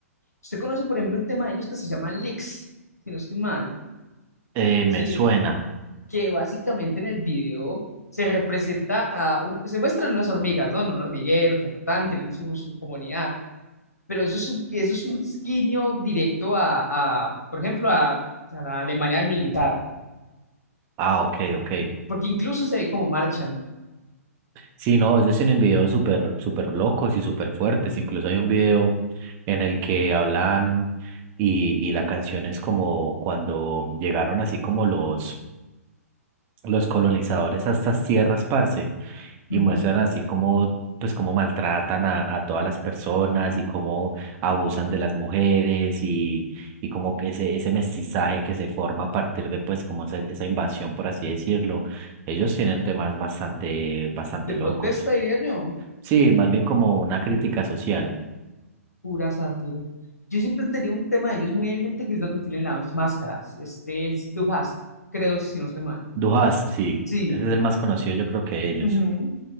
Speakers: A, on the left; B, on the right.
A: Usted conoce, por ejemplo, un tema de ellos que se llama Licks, si no estoy mal,
B: Eh, me
A: que
B: suena.
A: que básicamente en el video se representa a, u- se muestran unas hormigas, ¿no? En un hormiguero, ta, ta, tan, tienen su, su comunidad, pero eso es un, eso es un guiño directo a, a, por ejemplo, a, a la Alemania militar,
B: Ah, ok, ok.
A: porque incluso se ve cómo marchan.
B: Sí, no, ellos tienen videos súper, súper locos y súper fuertes. Incluso hay un video en el que hablan y, y la canción es como cuando llegaron así como los los colonizadores a estas tierras, parce, y
A: Ujú.
B: muestran así como, pues, cómo maltratan a, a todas las personas y cómo abusan de las mujeres y, y como que ese, ese mestizaje que se forma a partir de, pues, como hacer esa invasión, por así decirlo. Ellos tienen temas bastante, bastante
A: de
B: locos.
A: protesta, diría yo,
B: Sí, más bien como una crítica social.
A: pura sátira. Yo siempre tenía un tema de ellos muy en mente, que es donde tienen las máscaras. Este es Du hast, creo, si no estoy mal.
B: Duhast, sí,
A: Sí.
B: ese es el más conocido, yo creo que ellos.
A: ujú.